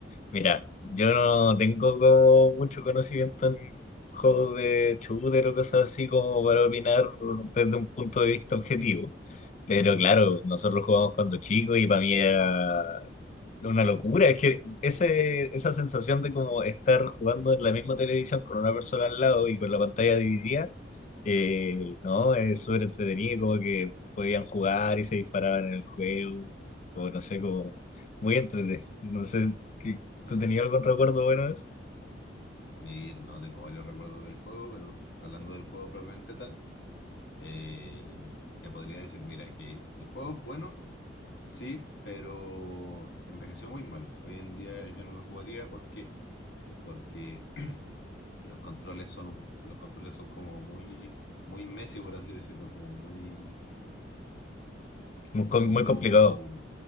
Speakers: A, on the left (about 40°); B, on the left (about 70°).
A: Mira, yo no tengo como mucho conocimiento en juegos de shooter o cosas así como para opinar desde un punto de vista objetivo. Pero claro, nosotros jugamos cuando chicos y para mí era una locura. Es que ese, esa sensación de como estar jugando en la misma televisión con una persona al lado y con la pantalla dividida, eh, no, es súper entretenido, como que podían jugar y se disparaban en el juego, o no sé, como muy entretenido. No sé,
B: Claro.
A: ¿tú tenías algún recuerdo bueno de eso?
B: Mir, no tengo varios recuerdos del juego, pero hablando del juego propiamente tal, eh, te podría decir, mira, que el juego es bueno, Sí, pero envejeció muy mal. Hoy en día yo no lo jugaría. ¿Por qué? Porque los controles son un- los controles son como muy, muy Messi, por así decirlo, como muy
A: Muy,
B: un
A: com-
B: poco
A: muy complicado.